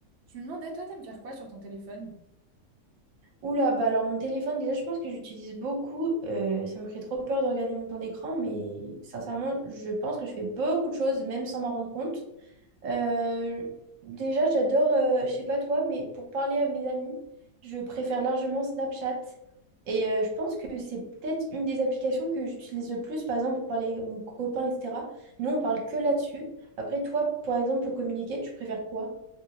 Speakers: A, on the right (about 75°); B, on the right (about 60°).
A: Tu me demandais, toi, t'aimes faire quoi sur ton téléphone?
B: Oula, bah alors mon téléphone, déjà, je pense que j'utilise beaucoup. euh, ça me ferait trop peur de regarder mon temps d'écran, mais sincèrement, je pense que je fais beaucoup de choses, même sans m'en rendre compte. Euh, déjà, j'adore, euh, je sais pas toi, mais pour parler à mes amis, je préfère largement Snapchat. Et euh, je pense que c'est peut-être une des applications que j'utilise le plus, par exemple, pour parler avec mon copain, etc. Nous, on parle que là-dessus. Après, toi, par exemple, pour communiquer, tu préfères quoi?